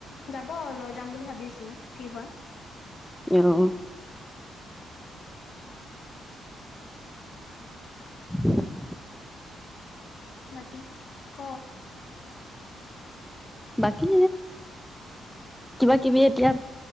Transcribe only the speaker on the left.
যাব লৈ যাম বুলি ভাবিছো কি হয়
বাকী ক